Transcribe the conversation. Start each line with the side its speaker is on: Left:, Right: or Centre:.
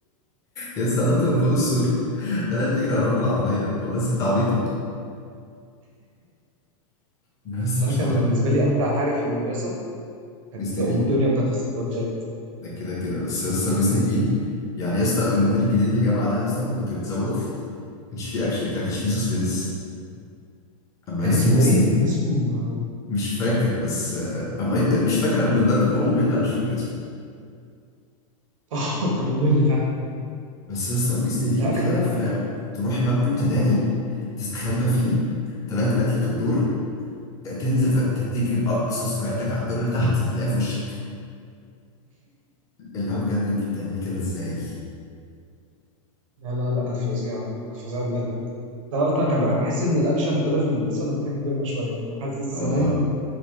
Left: لسه نط من فوق السور طلعت تجري وراهم بالعربيه والله ست عبيطه لسه
Right: بس انا
Left: مش
Right: كان
Left: طبيعي
Right: بالنسبه لي امتع حاجه في المدرسه كانت
Left: ميس نيفين
Right: ام دنيا بتاعت السندوتشات
Left: ده كده كده بس لسه ميس نيفين يعني لسه المدير الجديد اللي جه بعدها لسه لما كنت بتزوغ كانش فيه اكشن كان كانش فيه سسبنس اما
Right: كان
Left: لسه
Right: اسمه
Left: ميس
Right: ايه
Left: نيفين
Right: كان اسمه <laughs>
Left: مش فاكر بس آه، اما يا ابني مش فاكر من درجه ما هو ممل انا مش فاكر اسمه
Right: اه كان ممل فعلا
Left: بس لسه مقيس نيفين
Right: لا
Left: كده
Right: كان
Left: فاهم تروح مبنى
Right: <laughs>
Left: ابتدائي تستخبى فيه تلاقي طلعت لك الدور تنزل فاهم تجري بأقصى سرعتك على الدور اللي تحت تلاقيها في وشك اللي هو بجد انت بتعملي كده ازاي
Right: لا لا لا كانت فظيعه كانت فظيعه بجد انا اصلا كان بح- بحس ان الاكشن ابتدى في المدرسه لما احنا كبرنا شويه انا حاسس زمان
Left: اه